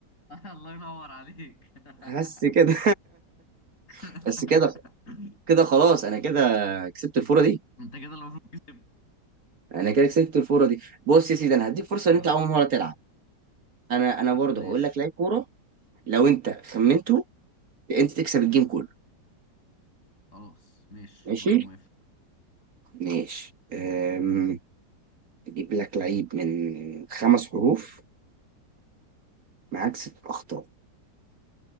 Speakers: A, on the left (about 45°); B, on the right (about 55°).
A: الله ينور عليك <laughs>
B: حاسس كده
A: <laughs>
B: <laughs> بس كده كده خلاص انا كده كسبت الفوره دي
A: انت كده المفروض كسبت
B: انا كده كسبت الفوره دي بص يا سيدي انا هديك فرصه
A: اه
B: ان انت اول مره تلعب انا انا برضه
A: ماشي
B: هقول لك لعيب كوره لو انت خمنته انت تكسب الجيم كله
A: خلاص ماشي
B: ماشي
A: وانا موافق
B: ماشي أم... اجيب لك لعيب من خمس حروف معاك ست اخطاء